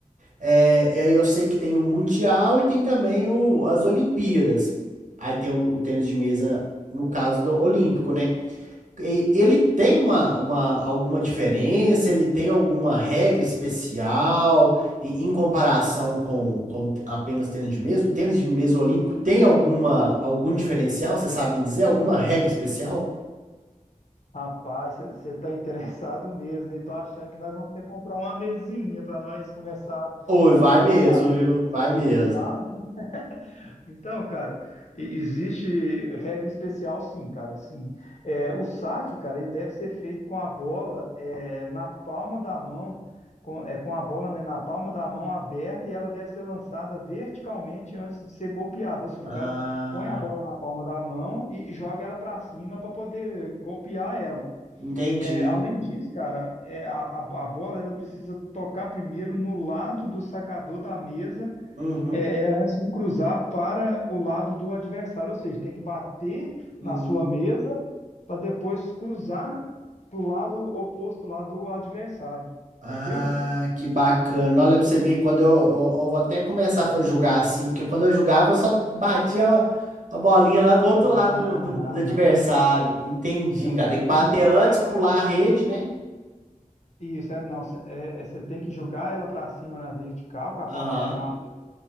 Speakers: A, on the right (about 65°); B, on the left (about 55°).
A: É, e aí eu sei que tem o Mundial e tem também o, as Olimpíadas. Aí tem o, o tênis de mesa, no caso do Olímpico, né? E- Ele tem uma, uma alguma diferença? Ele tem alguma regra especial em, em comparação com, com t- apenas tênis de mesa? O tênis de mesa olímpico tem alguma algum diferencial? Você sabe me dizer alguma regra especial?
B: Rapaz, você tá <laughs> interessado mesmo, e tô achando que nós vamos ter que comprar uma mesinha para nós começar
A: Oi,
B: a
A: vai
B: jogar
A: mesmo,
B: em casa.
A: viu? Vai
B: Se você
A: mesmo.
B: é animado. Então, cara, e- existe regra especial, sim, cara. Assim, é, o saque, cara, ele deve ser feito com a bola é, na palma da mão, com, é, com a bola, né, na palma da mão aberta e ela deve ser lançada verticalmente antes de ser golpeada. Ou seja,
A: Ah,
B: o cara põe a bola na palma da mão e, e joga ela para cima para poder golpear ela.
A: entendi.
B: É, além disso, cara, é, a, a a bola ela precisa tocar primeiro no lado do sacador da mesa
A: Uhum.
B: é é antes de cruzar para o lado do adversário, ou seja, tem que bater
A: Hum.
B: na sua mesa para depois cruzar para o lado oposto lá do adversário,
A: Ah,
B: entendeu?
A: que bacana. Olha pra você ver, quando eu, eu, eu vou até começar a jogar assim, porque quando eu jogava eu só batia a, a bolinha lá do outro
B: Não,
A: lado do,
B: não,
A: do, do adversário.
B: não.
A: Entendi,
B: É,
A: cara.
B: o cara
A: Tem que bater
B: tem que jogar
A: antes,
B: ela
A: pular
B: para
A: a
B: cima.
A: rede, né?
B: Isso, é, não, cê- é, é, você tem que jogar ela para cima na vertical, com a
A: Aham,
B: palma da mão aberta,